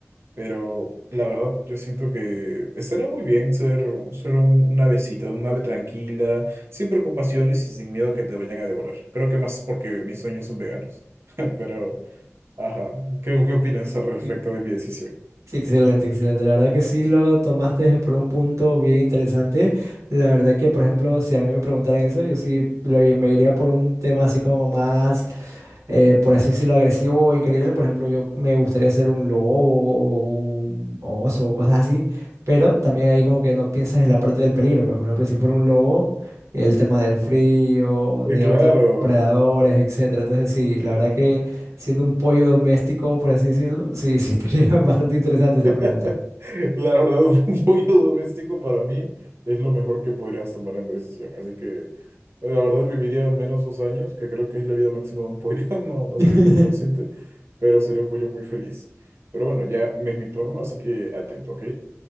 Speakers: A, on the right; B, on the right.
A: Pero la verdad, yo siento que estaría muy bien ser, ser un- una avecita, un ave tranquila, sin preocupaciones y sin miedo a que te vayan a devorar. Creo que más porque mis sueños son veganos. <laughs> Pero, ajá, ¿qué, qué opinas al respecto
B: Ex-
A: de mi decisión?
B: Excelente, excelente. La verdad que sí lo tomaste por un punto bien interesante. La verdad que, por ejemplo, si a mí me preguntaran eso, yo sí lo i- me iría por un tema así como más eh, por así decirlo, agresivo o increíble. Por ejemplo, yo me gustaría ser un lobo o un oso o cosas así, pero también ahí como que no piensas en la parte del peligro. Pues, por ejemplo, si fuera un lobo, el tema del frío,
A: Eh,
B: de
A: claro.
B: otros predadores, etcétera. Entonces, sí, la verdad que siendo un pollo doméstico, por así decirlo, sí, sí, estaría <laughs> bastante interesante esa
A: <laughs>
B: pregunta.
A: La verdad, un pollo doméstico para mí es lo mejor que podrías tomar en tu decisión. Así que eh, la verdad viviría al menos dos años, que creo que es la vida máxima de un pollo. <laughs> No, no
B: <laughs>
A: estoy muy consciente, pero sería un pollo muy feliz. Pero bueno, ya es mi turno, así que atento, ¿ok?